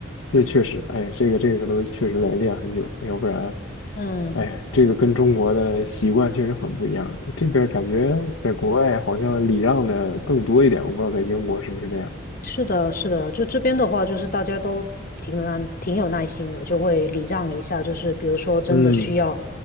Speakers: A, on the left; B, on the left.
A: 那确实，哎，这个这个东西确实得练很久，要不然，
B: 嗯，
A: 哎，这个跟中国的习惯确实很不一样。这边感觉在国外好像礼让的更多一点，我不知道在英国是不是这样。
B: 是的，是的，就这边的话，就是大家都挺有耐挺有耐心的，就会礼让一下，就是比如说真的需要，
A: 嗯，